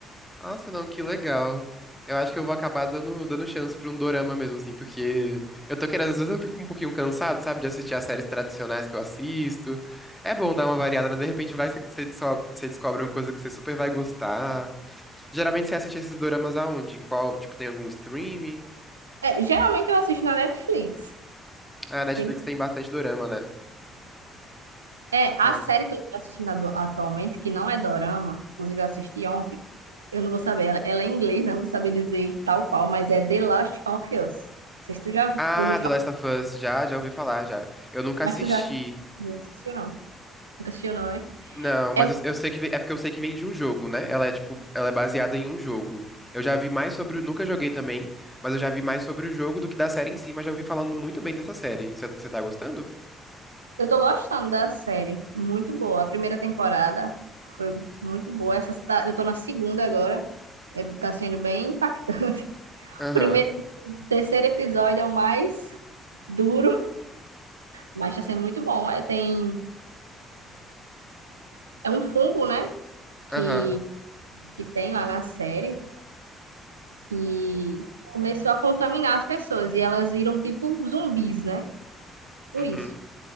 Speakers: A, in the centre; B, on the right.
A: Nossa, não, que legal. Eu acho que eu vou acabar dando, dando chance pra um dorama mesmo, assim, porque eu tô querendo, às vezes eu fico um pouquinho cansado, sabe, de assistir as séries tradicionais que eu assisto. É bom dar uma variada, né? De repente vai que você desco- você descobre uma coisa que você super vai gostar. Geralmente você assiste esses doramas aonde? Em qual, tipo, tem algum streaming?
B: É, geralmente eu assisto na Netflix.
A: Ah, A Netflix
B: Tem.
A: tem bastante dorama, né?
B: É,
A: É.
B: a série que eu tô assistindo ado- atualmente, que não é dorama, inclusive eu assisti ontem, eu não vou saber, ela, ela é em inglês, né? não vou saber dizer tal qual, mas é The Last of Us. Não sei se tu já
A: Ah,
B: ouviu falar,
A: The Last of Us, já, já ouvi falar, já. Eu nunca
B: mas
A: assisti.
B: tu já já assistiu, não. Nunca assistiu, não, né?
A: Não, mas
B: É,
A: eu, eu sei que ve- é porque eu sei que vem de um jogo, né? Ela é tipo, ela é baseada em um jogo. Eu já vi mais sobre, o- nunca joguei também, mas eu já vi mais sobre o jogo do que da série em si, mas já ouvi falando muito bem dessa série. Você tá gostando?
B: eu tô gostando da série, muito boa. A primeira temporada foi muito boa, essa tá- eu tô na segunda agora, é, tá sendo bem impactante. <laughs>
A: Aham,
B: primeiro, terceiro episódio é o mais duro, mas tá sendo muito bom. É, tem, é um fungo, né? que,
A: aham,
B: que tem lá na série, que começou a contaminar as pessoas e elas viram tipo zumbis, né? Tudo
A: uhum.
B: isso.